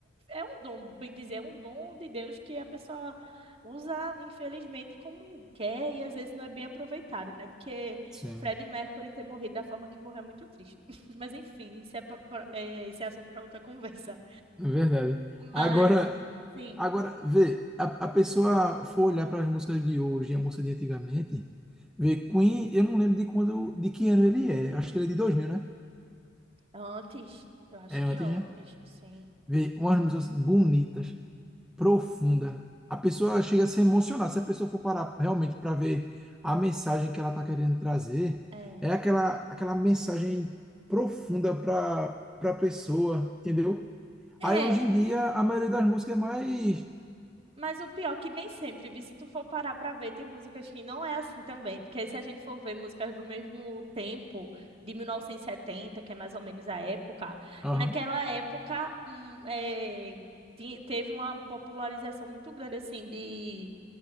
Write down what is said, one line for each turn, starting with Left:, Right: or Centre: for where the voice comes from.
Right: é um dom, bem dizer, é um dom de Deus que a pessoa usa, infelizmente, como quer e às vezes não é bem aproveitado, né? Porque
Centre: sim.
Right: Freddie Mercury ter morrido da forma que morreu é muito triste. <laughs> Mas enfim, isso é, pra- pra- é, isso é assunto para outra conversa.
Centre: É verdade.
Right: Mas,
Centre: Agora,
Right: sim,
Centre: agora vê, a, a pessoa for olhar para as músicas de hoje e a música de antigamente, vê, Queen, eu não lembro de quando, de que ano ele é. Acho que ele é de 2000, né?
Right: antes, eu acho
Centre: É
Right: que
Centre: antes,
Right: antes,
Centre: né?
Right: sim.
Centre: Vê, umas músicas bonitas. profunda. A pessoa chega a se emocionar. Se a pessoa for parar realmente para ver a mensagem que ela está querendo trazer,
Right: É.
Centre: é aquela, aquela mensagem profunda para para a pessoa, entendeu?
Right: É,
Centre: Aí hoje em dia a maioria das músicas é mais.
Right: Mas o pior é que nem sempre, vi, se tu for parar pra ver, tem músicas que não é assim também, porque se a gente for ver músicas do mesmo tempo, de 1970 que é mais ou menos a época,
Centre: Aham,
Right: naquela época hum, é, ti- teve uma popularização muito grande, assim, de